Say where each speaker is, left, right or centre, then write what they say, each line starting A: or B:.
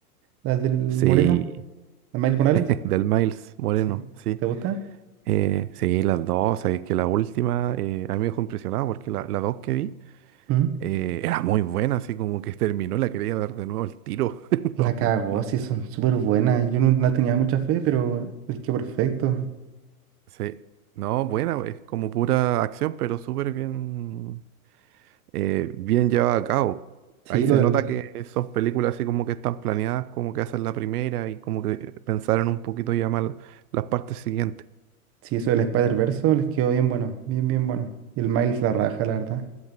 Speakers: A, on the right; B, on the right.
A: La del Moreno,
B: Sí, <laughs>
A: la Miles Morales?
B: del Miles Moreno,
A: Sí.
B: sí.
A: ¿Te gusta?
B: Eh, sí, las dos, es que la última eh, a mí me dejó impresionado porque la, la dos que vi
A: ¿Mm?
B: eh, era muy buena, así como que <laughs> terminó, la quería dar de nuevo el tiro. <laughs>
A: La
B: No,
A: cagó,
B: no,
A: sí, son súper buenas. Yo no, la tenía mucha fe, pero les quedó perfecto.
B: sí, no, buena, es como pura acción, pero súper bien, eh, bien llevada a cabo.
A: Sí,
B: Ahí se
A: lo del.
B: nota que esas películas así como que están planeadas, como que esa la primera y como que pensaron un poquito ya más las partes siguientes.
A: Sí, eso del Spider-Verse les quedó bien bueno, bien, bien bueno. Y el Miles la raja, la verdad.